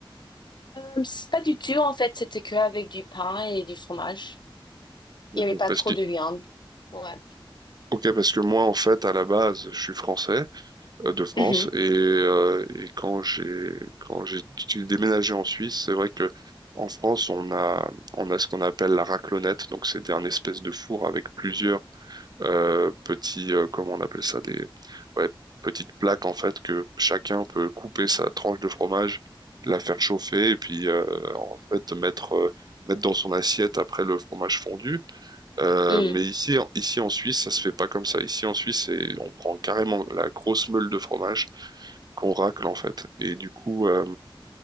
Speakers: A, on the left; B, on the right.
A: Euh, C'est pas du tout, en fait. C'était que avec du pain et du fromage.
B: D'accord.
A: Il y avait pas
B: Parce
A: trop
B: que,
A: de viande. Ouais.
B: ok, parce que moi, en fait, à la base, je suis français, euh, de France,
A: Mhm.
B: et, euh, et quand j'ai, quand j'ai j'ai déménagé en Suisse, c'est vrai que en France, on a, on a ce qu'on appelle la raclonette, donc c'est un espèce de four avec plusieurs euh, petits, euh, comment on appelle ça, des ouais, petites plaques en fait que chacun peut couper sa tranche de fromage, la faire chauffer et puis euh, en fait mettre euh, mettre dans son assiette après le fromage fondu. Euh,
A: Mm.
B: mais ici ici en Suisse ça se fait pas comme ça. Ici en Suisse c'est- on prend carrément la grosse meule de fromage qu'on racle en fait. Et du coup euh,